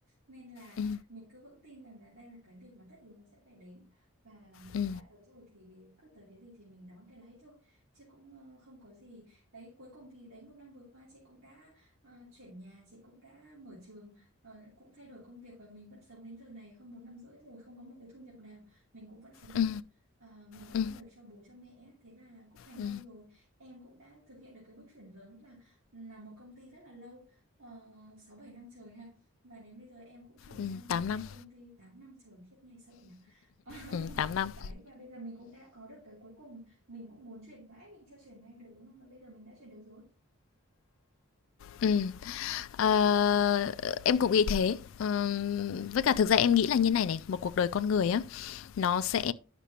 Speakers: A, on the right; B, on the left.
A: nên là
B: ừ,
A: mình cứ vững tin rằng là đây là cái việc mà tất yếu nó sẽ phải đến và mình
B: ừ,
A: đã tới rồi thì cứ tới cái gì thì mình đón cái đấy thôi chứ cũng ờ, không có gì đấy cuối cùng thì đấy một năm vừa qua chị cũng đã ờ, chuyển nhà chị cũng đã mở trường ờ, cũng thay đổi công việc và mình vẫn sống đến giờ này hơn một năm rưỡi rồi không có một cái thu nhập nào mình cũng vẫn sống
B: ừ,
A: được Ờ, mình vẫn
B: ừ,
A: lo được cho bố cho mẹ á, thế là cũng thành
B: ừ,
A: công rồi em cũng đã thực hiện được cái bước chuyển lớn là là một công ty rất là lâu uh, 6 7 năm trời ha và đến bây giờ em cũng chuyển
B: ừ,
A: sang
B: tám
A: một
B: năm
A: cái công ty 8 năm trời khiếp nghe sợ nhỉ <laughs>
B: ừ, tám năm
A: đấy và bây giờ mình cũng đã có được cái cuối cùng mình cũng muốn chuyển mãi mình chưa chuyển ngay được đúng không và bây giờ mình đã chuyển được rồi
B: ừ, ờ, em cũng nghĩ thế Ờ, với cả thực ra em nghĩ là như này này một cuộc đời con người á nó sẽ